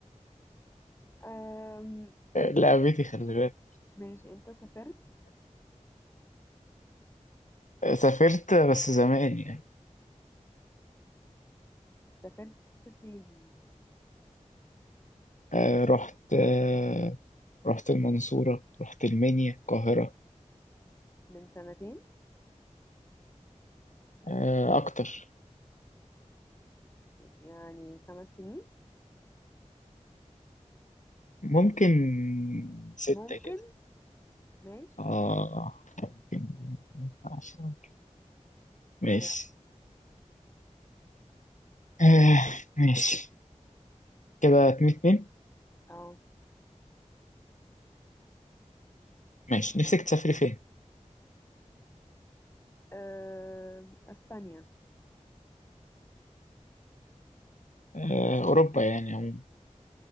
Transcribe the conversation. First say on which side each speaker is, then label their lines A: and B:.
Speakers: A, on the left (about 20°); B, on the left (about 75°).
A: أم...
B: آه، لعبتي خلي بالك
A: ماشي انت سافرت
B: آه، سافرت آه، بس زمان يعني
A: سافرت فين
B: آه، رحت آه، رحت المنصورة رحت المنيا القاهرة
A: من سنتين
B: آه، أكتر
A: يعني خمس سنين
B: ممكن ستة
A: ممكن
B: كده
A: ماشي
B: آه ممكن عشرة ممكن ماشي
A: يا
B: آه ماشي كده اتنين اتنين
A: اه
B: ماشي نفسك تسافري فين؟
A: أه... اسبانيا
B: آه أوروبا يعني عموما